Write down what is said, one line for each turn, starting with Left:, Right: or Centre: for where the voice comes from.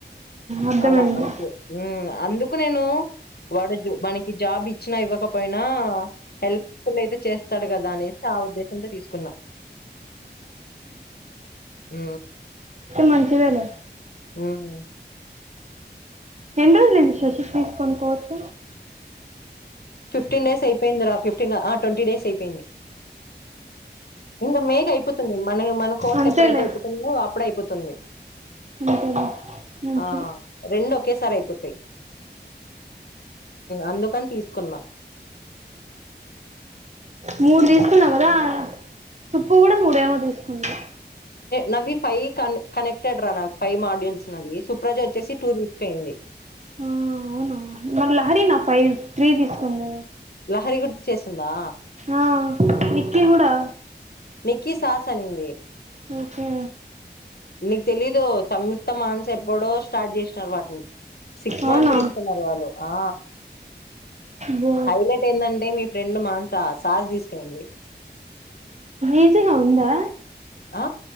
Right: అర్థమైంది
Left: అలా అంతే హ్మ్ అందుకు నేను వాడు మనకి జాబ్ ఇచ్చినా ఇవ్వకపోయినా హెల్ప్ ఫుల్ అయితే చేస్తాడు కదా అనేసి ఆ ఉద్దేశంతో తీసుకున్నా అ
Right: మంచిదా లే
Left: హ్మ్
Right: ఎన్ని రోజులు అయింది శశి తీసుకొని కోర్స్
Left: ఫిఫ్టీన్ డేస్ అయిపోయిందిరా ఫిఫ్టీన్ ఆ ట్వంటీ డేస్ అయిపోయింది ఇంకా మే కి అయిపోతుంది మనకి మన కోర్స్
Right: అంతేలే
Left: ఎప్పుడైతే అయిపోతుందో అప్పుడే అయిపోతుంది
Right: అంతేలే మంచిది
Left: ఆ రెండు ఓకేసారి ఒకసారిఅయిపోతాయి అన్ని క్కని తీసుకున్నా
Right: మూడు తీసుకున్నావు కదా సుప్పు కూడా మూడేమో తీసుకున్నా
Left: నవ్వి ఫైవ్ క కనెక్టెడ్ రా నా ఫైవ్ మోడ్యూల్స్ నవి సుప్రజ వచ్చేసి త్వో ఫిఫ్టీన్ ది
Right: ఆ అవునా మరి లహరిీ నా ఫైవ్ త్రీ తీసుకుంది
Left: లహరిీ గుర్తు చేసిందా
Right: ఆ నిక్కీ కూడా
Left: నికీ సాస్ అనిందిే
Right: ఓకే
Left: నీకు తెలీదు సంయుక్త మానస ఎప్పుడో స్టార్ట్ చేసినారు వాటిని సిక్స్
Right: అవునా
Left: మంత్స్లు ఇస్తున్నారు వాళ్ళు ఆ
Right: బో
Left: హైలైట్ ఏందండి మీ మి ఫ్రెండ్ మానస సాస్ తీసుకెపోయింది
Right: ఈజీగా ఉందా
Left: ఆ